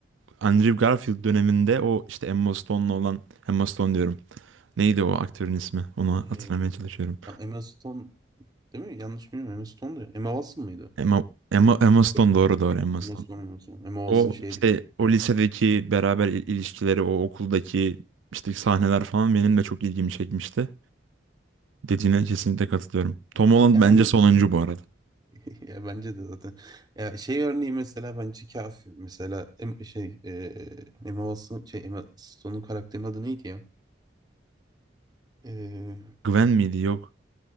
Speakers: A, on the right (about 85°); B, on the right (about 20°).
A: Andrew Garfield döneminde o işte Emma Stone'la olan Emma Stone diyorum. Neydi o aktörün ismi? Onu
B: E,
A: hatırlamaya çalışıyorum.
B: Emma Stone Değil mi? Yanlış bilmiyorum. Emma Stone'du. ya. Emma Watson mıydı?
A: Emma, Emma, Emma Stone
B: Yok, yok.
A: doğru doğru Emma
B: Emma
A: Stone.
B: Stone, Emma Stone. Emma Watson
A: O
B: şeydi.
A: işte o lisedeki beraber il- ilişkileri, o okuldaki işte sahneler falan benim de çok ilgimi çekmişti. Dediğine kesinlikle katılıyorum. Tom Holland
B: Ya
A: bence
B: en basit.
A: sonuncu bu arada.
B: <laughs> ya bence de zaten. Ya şey örneği mesela bence kafi. Mesela em- şey e, Emma Watson şey Emma Stone'un karakterinin adı neydi ya? E,
A: Gwen miydi? Yok.